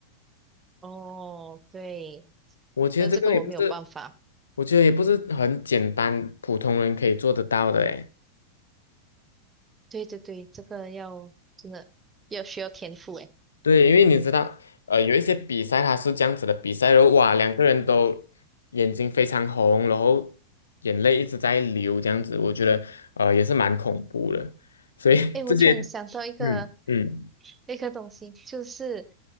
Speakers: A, on the right; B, on the left.
A: 哦，对，
B: 我觉得这个也不是，
A: 但这个我没有办法。
B: 我觉得也不是很简单，普通人可以做得到的诶。
A: 对对对，这个要真的要需要天赋诶。
B: 对，因为你知道，呃，有一些比赛它是这样子的，比赛然后哇，两个人都眼睛非常红，然后眼泪一直在流，这样子，我觉得呃也是蛮恐怖的。所以
A: 诶，我突然想到一个
B: <laughs> 这些，嗯嗯
A: 一个东西，就是